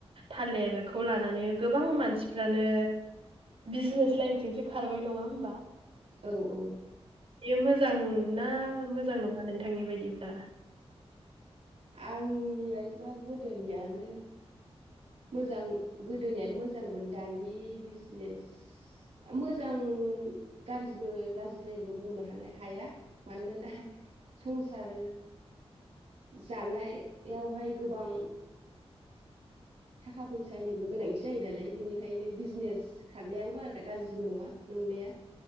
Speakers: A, on the right; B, on the right.
A: थालेरखौ लानानै गोबां मानसिफ्रानो बिजनेस लाइनथिंसो खारबाय नङा होमबा
B: औ औ
A: बेयो मोजां ना मोजां नङा नोंथांनि बायदिब्ला?
B: आंनि बायदिबा गोदोनियानो मोजां गोदोनियानो मोजांमोन दानि बिजनेस मोजां गाज्रिबो गाज्रिद्रायबो बुंनो हानो हाया मानोना संसार जानाय यावहाय गोबां थाखा फैसानिबो गोनांथि जायो नालाय बेनिखायनो भिजनेस खारनायाबो बाराद्राय गाज्रिबो नङा नंनाया